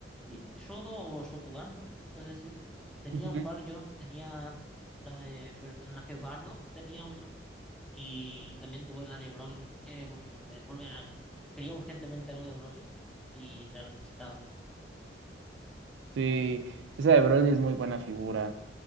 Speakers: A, in the centre; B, on the right (about 85°).
A: Sí, Shodo o Shokugan, ¿no? Se puede decir. Tenía
B: Ujú.
A: un par yo, tenía la de, del personaje Bardock, tenía una, y también tuve la de Broly, eh, porque es, era- quería urgentemente algo de Broly y la necesitaba.
B: Sí, esa de Broly es muy buena figura.